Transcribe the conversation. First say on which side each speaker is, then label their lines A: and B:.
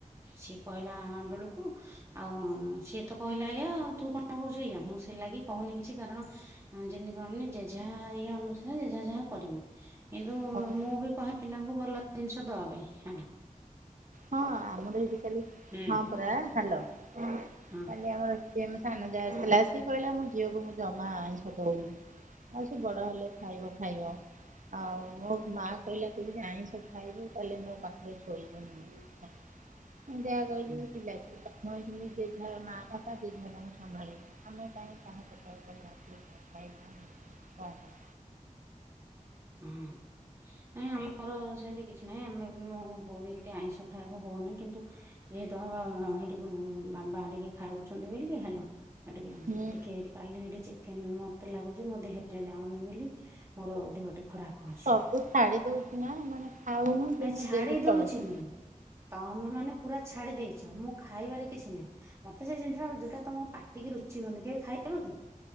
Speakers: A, on the right; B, on the right.
A: ସିଏ କହିଲା ବେଳକୁ ଆଉ ସିଏ ତ କହିଲା ଏୟା ତୁ କଣ କହୁଛୁ ଏୟା ମୁଁ ସେଇ ଲାଗି କହୁନି କିଛି କାରଣ ଯେମିତି କଣନି ଜେ ଯାହା ଇଏ ଅନୁସାରେ ଜେଜାହା ଯାହା କରିବେ। କିନ୍ତୁ
B: ହଁ
A: ମୁଁ ବି କହେ ପିଲାଙ୍କୁ ଭଲ ଜିନିଷ ଦେବା ପାଇଁ ହାଲୋ।
B: ହଁ ଆମର ଏଇଠି କାଲି
A: ହୁଁ।
B: ହଁ ପରା ହାଲୋ କାଲି
A: ହଁ
B: ଆମର ସିଏ ମ ସାନ ଯା ଆସିଥିଲା ସିଏ କହିଲା ମୋ ଝିଅକୁ ମୁଁ ଜମା ଆଇଁଷ ଦଉନି। ଆଉ ସେ ବଡ ହେଲେ ଖାଇବ ଖାଇବ। ଆଉ ମୋ ମା କହିଲା ତୁ ଯଦି ଆଇଁଷ ଖାଇବୁ ତାହେଲେ ମୋ ପାଖରେ ଶୋଇବୁନି। ମୁଁ ସେୟା କହିଲି
A: ହୁଁ
B: ପିଲା <unintelligible> ମୁ ଭାବି ଥିଲି ଯେ ଯାହା ମାଆ କଥା ଯେଝା ତାଙ୍କୁ ସମ୍ଭଳିବେ ଆମେ କାଇଁ କହା ପଟରେ କହିବା କୁହ। <unintelligible>
A: ହଁ ନାଇ ଆମର ସେମିତି କି କିଛି ନାହିଁ ଆମେ ବି ମୋ ବୋଉ ବି ଏତେ ଆଇଁଷ ଖାଇବାକୁ ହଉନି କିନ୍ତୁ ଯେହେତୁ ସେଠି ବାଢିକି ଖାଉଛନ୍ତି ବୋଲି ହାଲୋ ଆ ଟିକେ
B: ହୁଁ
A: ଟିକେ କାଲି ହେଇ ଚି ମତେ ଲାଗୁଚି ମୋ ଦେହ ଟା ଯାଉନି ବୋଲି ମୋର ଦେହ ଟ ଖରାପ। ହଉଛି
B: ସବୁ ଛାଡି ଦଉଛି ନା ମାନେ ଖାଉନୁ। ଯୋଉଦିନ
A: ନାଇଁ ଛାଡି
B: ଦେହରେ
A: ଦଉଛି
B: ଚଳୁଛି।
A: ନୁ ତମେ ମାନେ ପୁରା ଛାଡି ଦେଇଛ ମୁଁ ଖାଇବାରେ କିଛି ନାହିଁ ମତେ ସେ ଜିନିଷଟା ଯୋଉଟା ତମ ପାଟିିକି ରୁଚିବନି କେବେ ଖାଇବ କି